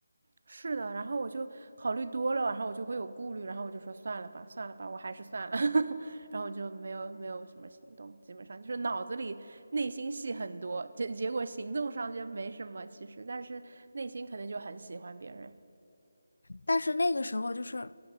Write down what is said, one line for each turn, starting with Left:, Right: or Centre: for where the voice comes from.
Right: 是的，然后我就考虑多了，然后我就会有顾虑，然后我就说算了吧，算了吧，我还是算了，<laughs> 然后我就没有没有什么行动，基本上就是脑子里内心戏很多，结结果行动上就没什么，其实，但是内心可能就很喜欢别人，
Left: 但是那个时候就是